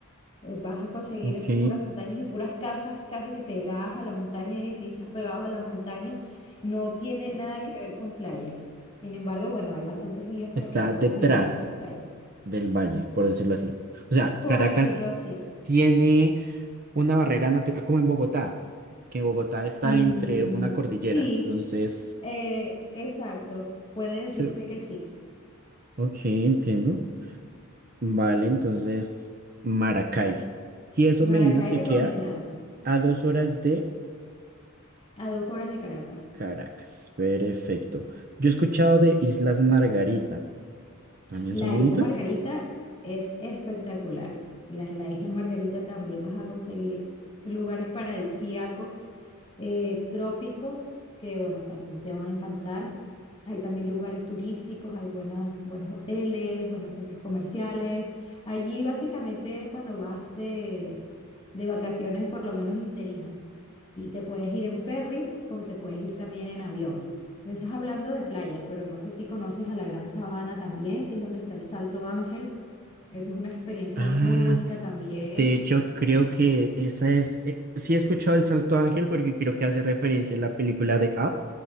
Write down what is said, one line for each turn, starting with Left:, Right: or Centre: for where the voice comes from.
Left: eh, Vas a conseguir
Right: Ok.
Left: es puras montañas y puras casas casi que pegadas a la montaña, edificios pegados a la montaña. No tiene nada que ver con playas. Sin embargo, bueno, hay bastantes vías para
Right: Está
Left: que puedas
Right: detrás
Left: viajar a las playas,
Right: del valle, por decirlo así. O sea,
Left: por
Right: Caracas
Left: decirlo así.
Right: tiene una barrera natural, como en Bogotá, que Bogotá está
Left: Mm,
Right: entre una cordillera.
Left: sí,
Right: Entonces,
Left: eh, exacto. Puede decirse
Right: se-
Left: que sí.
Right: ok, entiendo. Vale, entonces, Maracay. Y eso me
Left: Maracay
Right: dices que
Left: recomendado,
Right: queda a dos horas de
Left: a dos horas de Caracas.
Right: Caracas. Perfecto. Yo he escuchado de Islas Margarita. ¿También
Left: La
Right: son bonitas?
Left: Isla Margarita es espectacular. La- en la Isla Margarita también vas a conseguir lugares paradisíacos, eh, trópicos, que bueno, también te van a encantar. Hay también lugares turísticos, hay buenas, buenos hoteles, buenos centros comerciales. Allí básicamente es cuando vas de, de vacaciones, por lo menos interinas. Y te puedes ir en ferry, como te puedes ir también en avión. Pero estás hablando de playas, pero no sé si conoces a la Gran Sabana también, que es donde está el Salto Ángel. Eso es una experiencia
Right: Ah,
Left: muy bonita también.
Right: de hecho, creo que esa es. eh, sí, he escuchado El Salto Ángel porque creo que hace referencia a la película de Up,